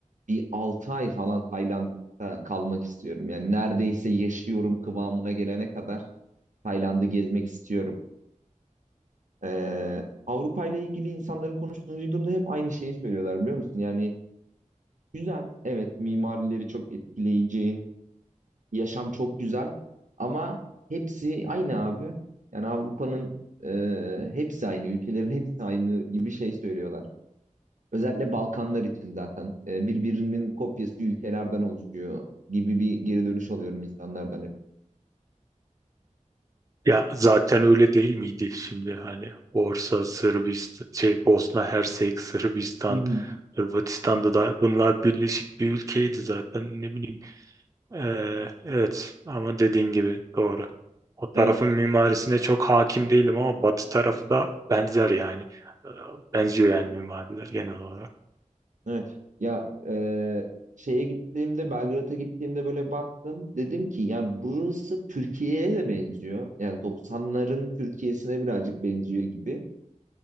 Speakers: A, on the right; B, on the right.
A: bir 6 ay falan Tayland'da kalmak istiyorum. Yani neredeyse yaşıyorum kıvamına gelene kadar Tayland'ı gezmek istiyorum. Ee, Avrupa ile ilgili insanların konuştuğunu duyduğumda hep aynı şeyi söylüyorlar biliyor musun? Yani Güzel, evet mimarileri çok etkileyici, yaşam çok güzel ama hepsi aynı abi. Yani Avrupa'nın e, hepsi aynı, ülkelerin hepsi aynı gibi şey söylüyorlar. Özellikle Balkanlar için zaten e, birbirinin kopyası ülkelerden oluşuyor gibi bir geri dönüş alıyorum insanlardan hep.
B: Ya zaten öyle değil miydi şimdi hani Borsa, Sırbistan, şey Bosna Hersek, Sırbistan,
A: Hı hı.
B: Hırvatistan'da da bunlar birleşik bir ülkeydi zaten ne bileyim. Ee, evet ama dediğin gibi doğru. O tarafın
A: Evet,
B: mimarisine çok hakim değilim ama Batı tarafı da benzer yani. Ee, Benziyor yani mimariler genel olarak.
A: evet. Ya e, şeye gittiğimde, Belgrad'a gittiğimde böyle baktım. Dedim ki yani burası Türkiye'ye de benziyor. Yani doksanların Türkiye'sine birazcık benziyor gibi.